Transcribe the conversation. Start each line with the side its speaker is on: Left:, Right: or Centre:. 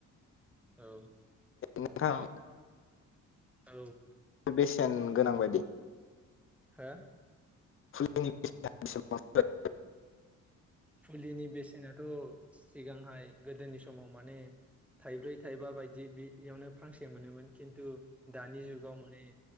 Centre: <inaudible> औ
Left: नोंथां
Centre: औ
Left: बेसेन गोनां बायदि
Centre: हा?
Left: <unintelligible>
Centre: फुलिनि बेसेनाथ' सिगांहाय गोदोनि समाव माने थाइब्रै थाइबा बायदि बेयावनो फांसे मोनोमोन खिन्थु दानि जुगाव माने